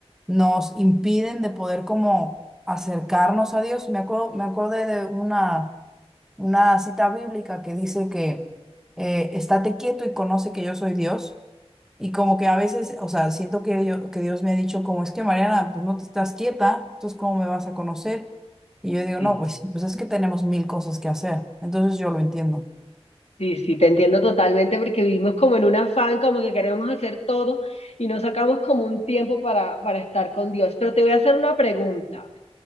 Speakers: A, in the centre; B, on the left (about 80°).
A: nos impiden de poder como acercarnos a Dios. Me acuerdo, me acordé de una una cita bíblica que dice que eh, estate quieto y conoce que yo soy Dios. Y como que a veces, o sea, siento que, yo- que Dios me ha dicho, como es que Mariana, pues no te estás quieta, entonces ¿cómo me vas a conocer? Y yo digo,
B: Sí,
A: no, pues, sí, pues es que tenemos mil cosas que hacer. Entonces yo lo entiendo.
B: Sí, sí, te entiendo totalmente porque vivimos como en un afán, como que queremos hacer todo y no sacamos como un tiempo para, para estar con Dios. Pero te voy a hacer una pregunta.